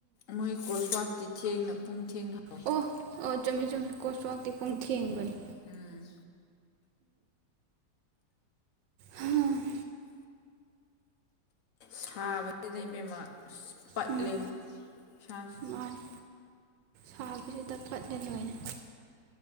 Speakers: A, on the left; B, on the right.
A: ꯃꯣꯏ ꯀ꯭ꯔꯣꯁꯋꯥꯛꯇꯤ ꯊꯦꯡꯅ ꯄꯨꯡ ꯊꯦꯡꯅ ꯍꯧꯋꯏ
B: ꯑꯣ ꯑꯣ ꯆꯨꯝꯃꯤ ꯆꯨꯝꯃꯤ ꯀꯣꯠꯋꯥꯛꯇꯤ ꯄꯨꯡꯊꯦꯡꯕꯅꯤ
A: ꯎꯝ
B: ꯍꯥꯝ
A: ꯁꯥꯕꯁꯤꯗ ꯏꯕꯦꯝꯃ ꯄꯠꯂꯦꯉꯣ
B: ꯎꯝ
A: ꯁꯥꯥꯁꯤ
B: ꯃꯥꯅꯤ ꯁꯥꯕꯁꯤꯗ ꯄꯠꯂꯦ ꯂꯣꯏꯅ